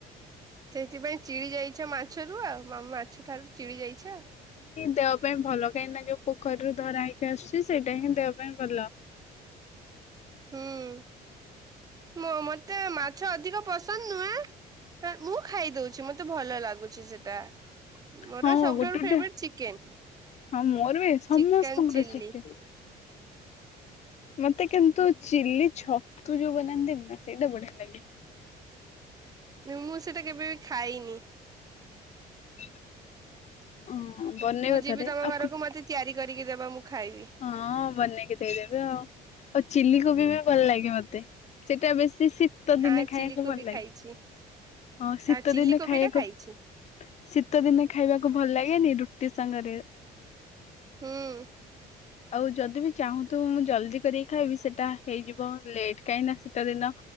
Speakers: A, on the right (about 20°); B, on the left (about 40°).
A: ସେଥିପାଇଁ ଚିଡି ଯାଇଛ ମାଛରୁ ଆଉ ମାମା ମାଛ ଠାରୁ ଚିଡ଼ି ଯାଇଛ
B: ଦେବା ପାଇଁ ଭଲ କାହିଁକି ନା ଯୋଉ ପୋଖରୀରୁ ଧରା ହେଇକି ଆସୁଚି ସେଇଟା ହିଁ ଦେହ ପାଇଁ ଭଲ।
A: ହୁଁ ମ ମତେ ମାଛ ଅଧିକ ପସନ୍ଦ ନୁହେଁ। ମୁଁ ଖାଇଦଉଚି। ମତେ ଭଲ ଲାଗୁଚି ସେଟା। ମୋର
B: ହଁ
A: ସବୁଠାରୁ
B: ଗୋଟେ ଗୋଟେ
A: ଫେବରେଟ ଚିକେନ।
B: ହଁ ମୋର ବି ସମସ୍ତଙ୍କର
A: ଚିକେନ ଚିଲ୍ଲି
B: ଶିଖେ ମତେ କିନ୍ତୁ ଚିଲି ଛତୁ ଯୋଉ ବନାନ୍ତିନି ନା ସେଇଟା ବଢିଆ ଲାଗେ।
A: ମୁଁ ସେଇଟା କେବେ ବି ଖାଇନି।
B: <inaudible> ହଁ। ବନେଇବ
A: ମୁଁ ଯିବି
B: ଥରେ
A: ତମ
B: ଆଉ
A: ଘରକୁ ମତେ ତିଆରି କରିକି ଦେବ ମୁଁ ଖାଇବି।
B: ହଁ ବନେଇକି ଦେଇଦେବି ଆଉ। ଆଉ ଚିଲିକୋବି ବି ଭଲ ଲାଗେ ମତେ ସେଇଟା ବେଶୀ ଶୀ ତ ଦିନେ
A: ହଁ
B: ଖାଇବାକୁ
A: ଚିଲି କୋବି
B: ଭଲ ଲାଗେ।
A: ଖାଇଛି।
B: ହଁ ଶୀତ
A: ଆ ଚିଲି
B: ଦିନେ
A: କୋବି
B: ଖାଇବାକୁ,
A: ଟା ଖାଇଛି।
B: ଶୀତ ଦିନେ ଖାଇବାକୁ ଭଲ ଲାଗେନି ରୁ ଟି ସାଙ୍ଗରେ।
A: ହୁଁ।
B: ଆଉ ଯଦି ବିି ଚାହୁଁଥିବ ମୁଁ ଜଲଦି କରିକି ଖାଇବି ସେଟା ହେଇଯିବ ଲେଟ୍ କାହିଁକି ନା ଶୀତ ଦିନ